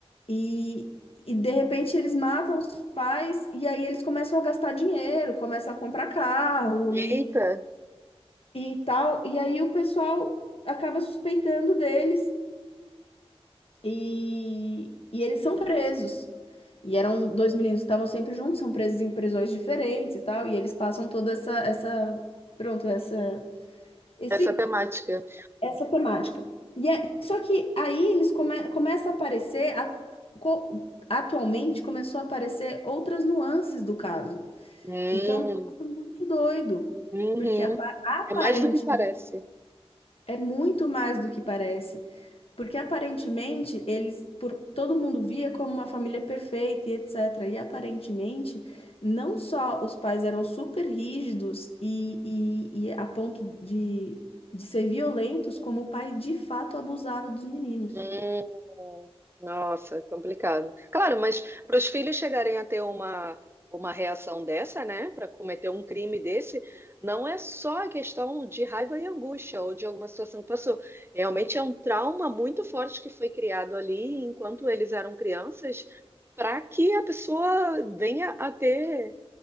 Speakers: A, on the left; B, on the right.
A: e E de repente eles matam os pais e aí eles começam a gastar dinheiro, começam a comprar carro e,
B: Eita,
A: e tal. E aí o pessoal acaba suspeitando deles E, e eles são presos. E eram dois meninos que estavam sempre juntos, são presos em prisões diferentes e tal, e eles passam toda essa, essa, pronto, essa, esse,
B: essa temática.
A: essa temática. E é, só que aí eles come, começa a aparecer, a- co- atualmente começou a aparecer outras nuances do caso,
B: Hum.
A: e que é um negócio muito doido,
B: Uhum.
A: porque apa- aparentemente
B: É mais do que parece.
A: é muito mais do que parece. Porque aparentemente eles, por todo mundo via como uma família perfeita e etc. E aparentemente, não só os pais eram super rígidos e, e, e a ponto de, de ser violentos, como o pai de fato abusava dos meninos.
B: Hum, nossa, complicado. Claro, mas para os filhos chegarem a ter uma, uma reação dessa, né, para cometer um crime desse, não é só a questão de raiva e angústia ou de alguma situação que passou. Realmente é um trauma muito forte que foi criado ali enquanto eles eram crianças, para que a pessoa venha a ter